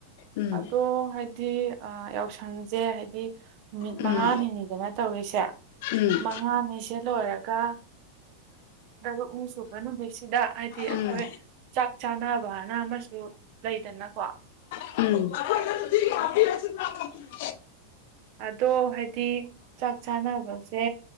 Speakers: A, on the left; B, on the right.
A: ꯎꯝ
B: ꯑꯗꯣ ꯍꯥꯏꯗꯤ ꯑꯥ ꯌꯥꯎꯁꯪꯁꯦ ꯍꯥꯏꯗꯤ ꯅꯨꯃꯤꯠ
A: ꯎꯝ
B: ꯃꯉꯥꯅꯤꯅꯤꯗꯅ ꯇꯧꯔꯤꯁꯦ
A: ꯎꯝ
B: ꯑꯉꯥꯅꯤꯁꯦ ꯂꯣꯏꯔꯒ ꯇꯔꯨꯛ ꯅꯤ ꯁꯨꯕ ꯅꯨꯃꯤꯠꯁꯤꯗ ꯍꯥꯏꯗꯤ
A: ꯎꯝ
B: ꯑꯩꯈꯣꯏ ꯆꯥꯛ ꯆꯥꯅꯕ ꯍꯥꯏꯅ ꯑꯃꯁꯨ ꯂꯩꯗꯅꯀꯣ
A: ꯑ <inaudible>
B: ꯑꯗꯣ ꯍꯥꯏꯗꯤ ꯆꯥꯛ ꯆꯥꯅꯕꯁꯦ